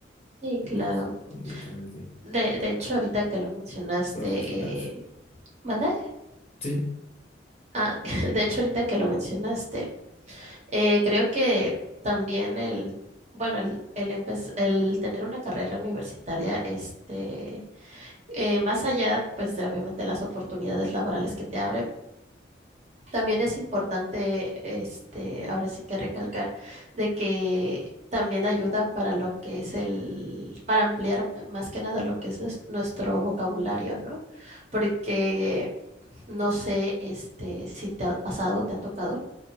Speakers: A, on the right; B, on the left.
A: Sí,
B: y
A: claro.
B: pues completamente
A: De, de hecho, ahorita que lo mencionaste,
B: profesional.
A: eh... ¿mande?
B: Sí,
A: Ah, <laughs> de hecho, ahorita que lo mencionaste, eh, creo que también el, bueno, el, el, empe- el tener una carrera universitaria, este, eh, más allá, pues, de obviamente las oportunidades laborales que te abre, también es importante, este, ahora sí que recalcar, de que también ayuda para lo que es el, para ampliar más que nada lo que es nues- nuestro vocabulario, ¿no? Porque, no sé, este, si te ha pasado, te ha tocado